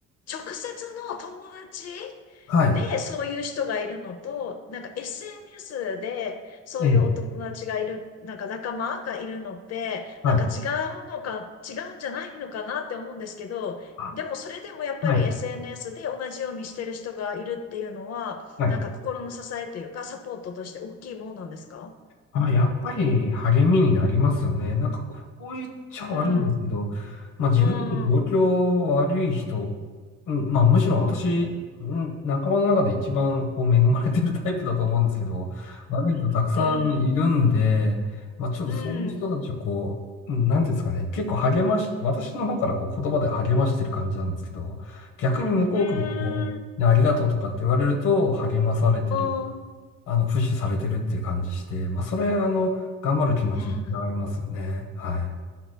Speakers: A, on the left; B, on the left.
A: 直接の友達
B: はい。
A: でそういう人がいるのと、なんか SNS でそういうお友達がいる、
B: ええ。
A: なんか仲間がいるのって、
B: はい。
A: なんか違うのか、違うんじゃないのかなって思うんですけど、
B: あ
A: でもそれでもやっぱり
B: はい。
A: SNS で同じようにしてる人がいるっていうのは、
B: はい。
A: なんか心の支えというかサポートとして大きいもんなんですか
B: あ、やっぱり励みになりますよね。なんかこう言っちゃ悪いんですけど、
A: うん、
B: まあ自分より状況悪い人、
A: うん、う
B: うん、まあむしろ私、うん、仲間の中で一番こう恵まれてるタイプだと思うんですけど、悪い人たくさんいるんで、
A: ん、
B: まあちょっとそういう人たちをこう、
A: うん。
B: うんなんていうんですかね、結構励まし、私の方からこう言葉で励ましてる感じなんですけど、逆に向こうからもう、
A: へえ、
B: ねありがとうとかって言われると励まされてる
A: うん。へ
B: あの、プッシュされてるっていう感じして、まあ、それ、あの、頑張る気持ちにつながりますよね。
A: え
B: はい。